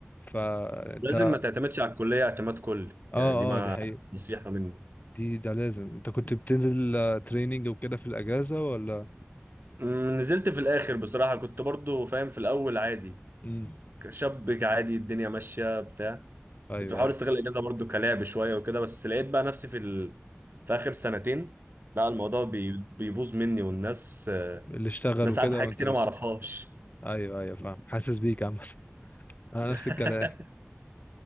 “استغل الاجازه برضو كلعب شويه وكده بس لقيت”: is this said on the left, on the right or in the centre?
Right